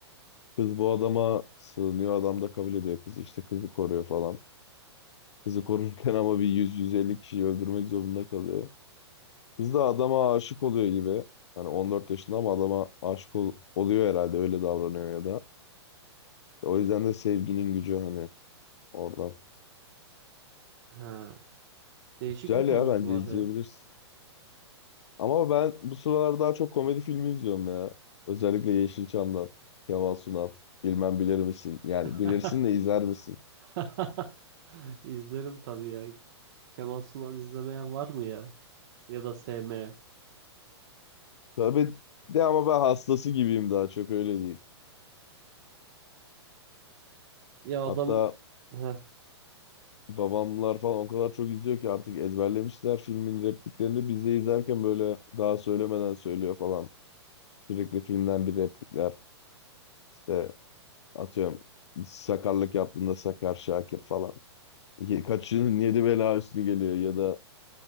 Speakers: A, on the left; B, on the right.
A: Kız bu adama sığınıyor adam da kabul ediyor kızı işte kızı koruyor falan. Kızı korurken <laughs> ama bir yüz yüz elli kişiyi öldürmek zorunda kalıyor. Kız da adama aşık oluyor gibi. Hani 14 yaşında ama adama aşık ol- oluyor herhalde öyle davranıyor ya da. İşte o yüzden de sevginin gücü hani oradan.
B: Ha, değişik
A: Güzel
B: bir konusu
A: ya bence
B: var
A: izleyebilirsin.
B: ya.
A: Ama ben bu sıralar daha çok komedi filmi izliyorum ya. Özellikle Yeşilçam'dan. Kemal Sunal. Bilmem bilir misin? Yani
B: <laughs>
A: bilirsin de izler misin?
B: <laughs> İzlerim tabii ya. Kemal Sunal izlemeyen var mı ya? Ya da sevmeyen.
A: Tabii de ama ben hastası gibiyim daha çok öyle diyeyim.
B: Ya adam
A: Hatta
B: Heh.
A: babamlar falan o kadar çok izliyor ki artık ezberlemişler filmin repliklerini. Biz de izlerken böyle daha söylemeden söylüyor falan. Sürekli filmden bir replikler. İşte atıyorum sakarlık yaptığında Sakar Şakir falan. Kaçının yedi bela üstüne geliyor ya da